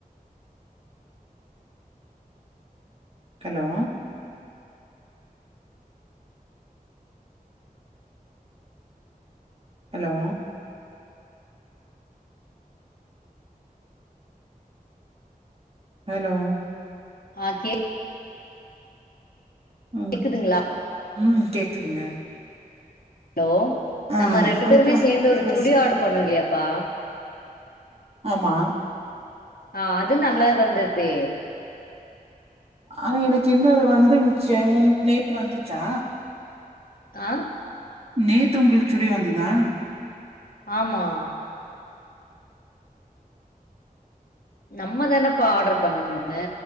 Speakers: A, on the right; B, on the left.
A: ஹலோ ஹலோ ஹலோ
B: ஆ கே கேக்குதுங்களா
A: ம் ம் கேக்குதுங்க
B: ஹலோ
A: ஆ
B: நம்ம ரெண்டு
A: அதுதாங்க
B: பேருமே சேந்து ஒரு
A: ஃபர்ஸ்ட்
B: சுடி ஆர்ட்ரு பண்ணோ இல்லையாப்பா
A: ஆமா
B: ஆ அது நல்லா வந்தத்தே
A: ஆனா எனக்கு இன்னு வந்துந்திச்சே உன் நேத்து வந்துச்சா
B: ஆ
A: நேத்து உங்ளுக்கு சுடி வந்ததா
B: ஆமா நம்மதானேப்பா ஆர்டர் பண்ணு ஒன்னு